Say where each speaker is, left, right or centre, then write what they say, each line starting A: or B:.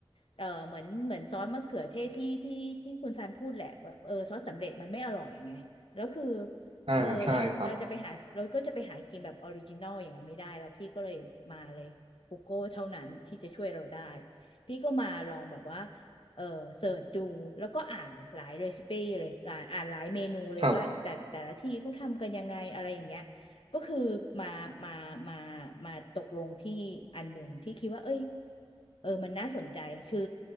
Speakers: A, on the left; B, on the right.
A: เออเหมือนเหมือนซอสมะเขือเทศที่ที่ที่คุณซันพูดแหละแบบเออซอสสำเร็จมันไม่อร่อยไงแล้วคือ
B: อ่าใช่ครับ
A: เออแล้วเราจะไปหาเราก็จะไปหากินแบบออริจินอลอย่างนั้นไม่ได้แล้วพี่ก็เลยมาเลย Google เท่านั้นที่จะช่วยเราได้พี่ก็มาลองแบบว่า เออเสิร์ชดูแล้วก็อ่านหลายเรซิปี้เลยหลายอ่านหลายเมนูเลยว่าแต่แต่ละที่เขาทำกันยังไงอะไรอย่างเงี้ย
B: ครับ
A: ก็คือมามามามาตกลงที่อันหนึ่งที่คิดว่าเอ้ยเออมันน่าสนใจคือ